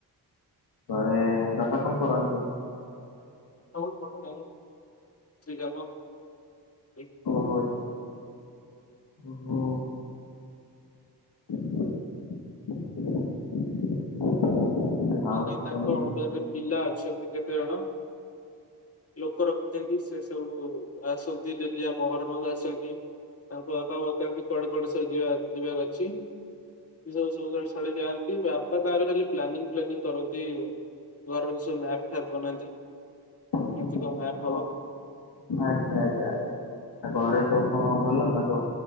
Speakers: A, on the left; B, on the left.
A: ଘରେ ବାପା କଣ କରନ୍ତି?
B: <unintelligible> ରାଜମିସ୍ତ୍ରୀ କାମ। <inaudible>
A: ଓହୋ ଓହୋ। <unintelligible> ଆଉ
B: ମାନେ ତାଙ୍କ
A: ତମେ
B: ଅଣ୍ଡରରେ ପିଲା ଅଛନ୍ତି କେତେଜଣ? ଲୋକ ରଖିଛନ୍ତି ସେଷ ଆସନ୍ତି ଡେଲି ଆମ ଘର ପାଖକୁ ଆସନ୍ତି। ତାଙ୍କ ବାପା ବତାନ୍ତି କୁଆଡେ କୁଆଡେ ସବୁ ଯିବା ଯିବାର ଅଛି? ସାଢେ ଯାନ୍ତି ଵାପା ତାଙ୍କର ଖାଲି ପ୍ଲାନିଂ ପ୍ଲାନିଂ କରନ୍ତି ଘର ର ସବୁ ମ୍ୟାପ୍ ଫ୍ୟାପ୍ ବନାନ୍ତି।
A: ଓ
B: କେମିତି କଣ ମ୍ୟାପ୍ ହବ।
A: ଆଚ୍ଛା ଆଚ୍ଛା ଆଚ୍ଛା। ଆଉ ଘରେ ତବ କଣ ଭଲ ନା ତ